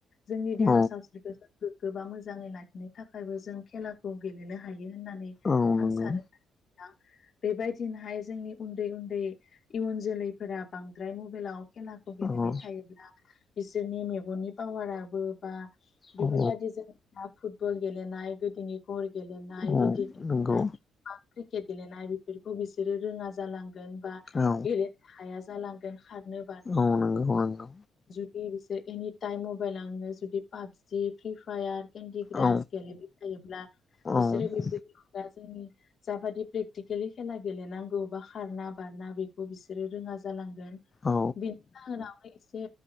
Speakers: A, on the left (about 50°); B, on the left (about 30°).
A: जोंनि देहा
B: औ
A: सावस्रिफोर गोग्गो बा मोजाङै लाखिनो थाखायबो जों खेलाखौ गेलेनो हायो होननानै
B: औ नंगौ
A: आं सानो नोंथां बेबायदिनोहाय जोंनि उन्दै उन्दै इयुन जोलैफोरा बांद्राय मबेलाव खेलाखौ गेलेबाय
B: औ
A: थायोब्ला बिसोरनि मेगननि पावाराबो बा बेफोरबायदि
B: औ
A: जों दा फुटबल गेलेनाय गोदोनि घरि गेलेनाय
B: औ
A: रिदि गेलेनाय
B: नंगौ
A: बा क्रिकेट गेलेनाय बि फोरखौ बिसोरो रोङा जालांगोन बा
B: औ
A: गेलेनो हाया जालांगोन खारनो
B: औ नोंगौ नोंगौ
A: बे बिसोर एनि टाइम मबाइलावनो जुदि पाबजि फ्रि फायार केन्दि ग्रास
B: औ
A: गेलेबाय थायोब्ला
B: औ
A: बिसोरो बेबायदि‌ दा जोंनि जाबादि प्रेक्टिकेलि खेला गेलेनांगौ बा खारना बारना बेखौ बिसोरो रोङा जालांगोन। बेनि
B: औ
A: जाहोनावनो एसे